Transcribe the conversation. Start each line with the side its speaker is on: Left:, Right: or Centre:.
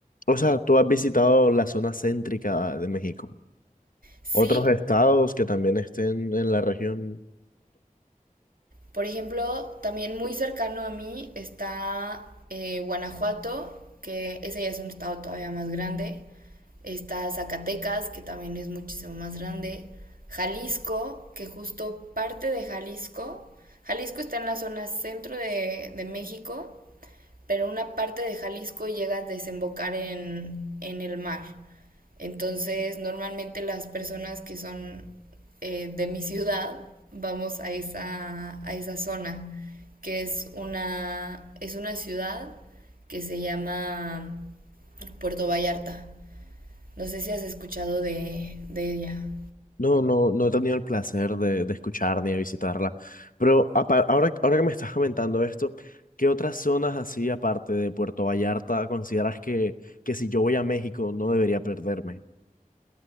Left: O sea, tú has visitado la zona céntrica de México.
Right: sí,
Left: Otros estados que también estén en la región
Right: Por ejemplo, también muy cercano a mí está eh, Guanajuato, que ese ya es un estado todavía más grande. Está Zacatecas, que también es muchísimo más grande. Jalisco, que justo parte de Jalisco. Jalisco está en la zona centro de, de México pero una parte de Jalisco llega a desembocar en, en el mar. Entonces, normalmente las personas que son eh, de mi ciudad vamos a esa, a esa zona, que es una, es una ciudad que se llama Puerto Vallarta. No sé si has escuchado de, de ella.
Left: No, no, no he tenido el placer de, de escuchar ni de visitarla. Pero apa- ahora, ahora que me estás comentando esto, ¿qué otras zonas así, aparte de Puerto Vallarta, consideras que, que si yo voy a México no debería perderme?